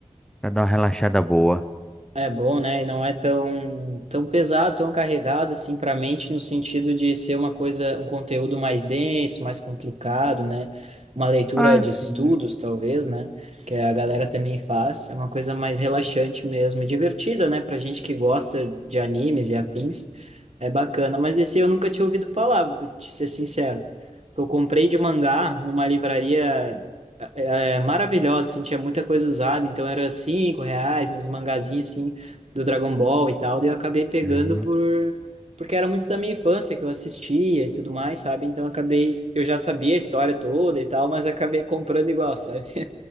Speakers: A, in the centre; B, on the right.
A: pra dar uma relaxada boa.
B: É bom, né? E não é tão, tão pesado, tão carregado assim para a mente no sentido de ser uma coisa, um conteúdo mais denso, mais complicado, né? Uma leitura
A: Ah,
B: de
A: sim.
B: estudos, talvez, né? Que a galera também faz. É uma coisa mais relaxante mesmo, e divertida, né? Pra gente que gosta de animes e afins, é bacana. Mas esse eu nunca tinha ouvido falar, vou te ser sincero. Eu comprei de mangá numa livraria é maravilhosa, assim, tinha muita coisa usada, então era cinco reais, uns mangazinhos, assim, do Dragon Ball e tal, daí eu acabei pegando
A: Uhum.
B: por... porque era muito da minha infância, que eu assistia e tudo mais, sabe? Então eu acabei... eu já sabia a história toda e tal, mas acabei comprando igual, sabe?